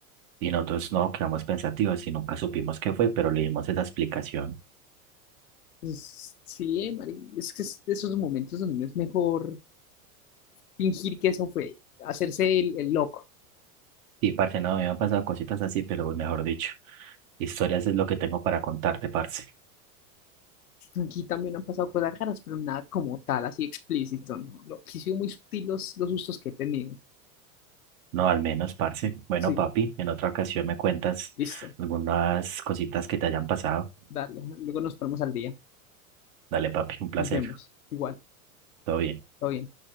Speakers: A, on the right; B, on the left.
A: y nosotros no quedamos pensativos y nunca supimos qué fue, pero le dimos esa explicación.
B: Pues, sí, Mari, es que es de esos momentos donde es mejor. fingir que eso fue, hacerse el, el loco.
A: Sí, parce, no, me han pasado cositas así, pero mejor dicho, historias es lo que tengo para contarte, parce.
B: Aquí también han pasado cosas raras, pero nada como tal, así explícito, ¿no? Lo, sí, sido muy sutil los, los sustos que he tenido.
A: No, al menos, parce. Bueno,
B: Sí,
A: papi, en otra ocasión me cuentas
B: listo,
A: algunas cositas que te hayan pasado.
B: dale. Luego nos ponemos al día.
A: Dale, papi, un placer.
B: Nos vemos. Igual,
A: Todo bien.
B: todo bien.